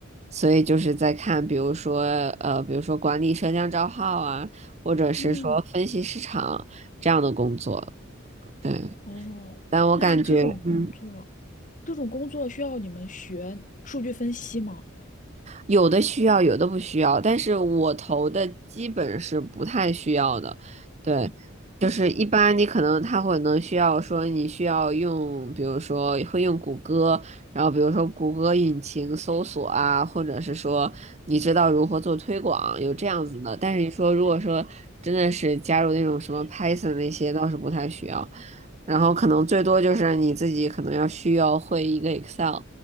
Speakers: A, on the right; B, on the left.
A: 所以就是在看，比如说呃，比如说管理社交账号啊，或者是说分析市场这样的工作。
B: 嗯，
A: 对，
B: 哦，
A: 但我感觉，
B: 那这种工作，
A: 嗯。
B: 这种工作需要你们学数据分析吗？
A: 有的需要，有的不需要，但是我投的基本是不太需要的，对，就是一般你可能他会能需要说你需要用，比如说会用谷歌，然后比如说谷歌引擎搜索啊，或者是说你知道如何做推广，有这样子的，但是你说如果说真的是加入那种什么 Python 那些倒是不太需要，然后可能最多就是你自己可能要需要会一个 Excel，